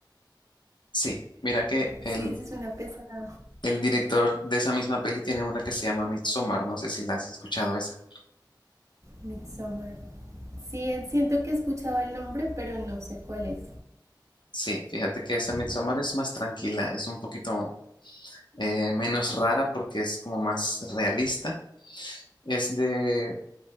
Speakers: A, on the left; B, on the right.
A: sí. Mira que el,
B: sí, sí suena pesada.
A: el director de esa misma peli tiene una que se llama Midsommar, no sé si la has escuchado esa.
B: Midsommar. Sí, eh, siento que he escuchado el nombre, pero no sé cuál es.
A: Sí, fíjate que esa Midsommar es más tranquila, es un poquito eh, menos rara porque es como más realista. Es de